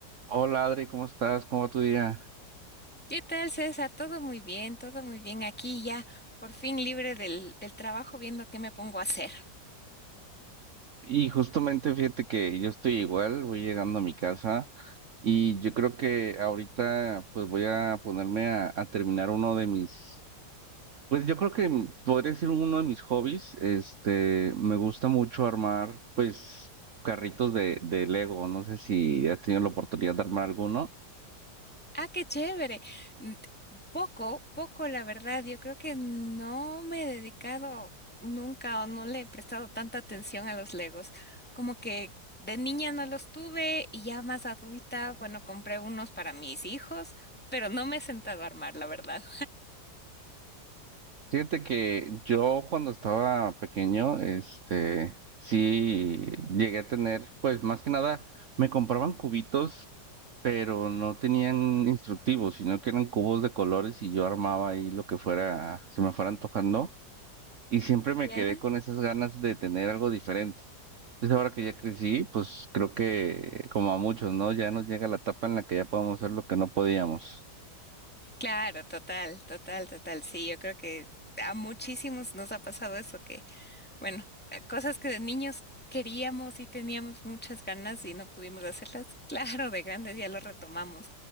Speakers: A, on the right; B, in the centre.
A: Hola Adri, ¿cómo estás? ¿Cómo va tu día?
B: ¿Qué tal, César? Todo muy bien, todo muy bien. Aquí ya, por fin libre del, del trabajo, viendo qué me pongo a hacer.
A: Y justamente fíjate que yo estoy igual, voy llegando a mi casa y yo creo que ahorita pues voy a ponerme a, a terminar uno de mis, pues yo creo que m- podría ser uno de mis hobbies, este, me gusta mucho armar pues carritos de, de Lego, no sé si has tenido la oportunidad de armar alguno.
B: Ah, qué chévere. Mm, Poco, poco, la verdad. Yo creo que no me he dedicado nunca o no le he prestado tanta atención a los Legos. Como que de niña no los tuve y ya más adulta, bueno, compré unos para mis hijos, pero no me he sentado a armar, la verdad.
A: Fíjate que yo cuando estaba pequeño, este, sí llegué a tener, pues más que nada, me compraban cubitos, pero no tenían instructivos, sino que eran cubos de colores y yo armaba ahí lo que fuera, se me fuera antojando, y siempre me
B: ¿Ya?
A: quedé con esas ganas de tener algo diferente. Entonces ahora que ya crecí, pues creo que como a muchos, ¿no? Ya nos llega la etapa en la que ya podemos hacer lo que no podíamos.
B: Claro, total, total, total. Sí, yo creo que a muchísimos nos ha pasado eso, que Bueno, eh, cosas que de niños queríamos y teníamos muchas ganas y no pudimos hacerlas. <laughs> Claro, de grandes ya lo retomamos.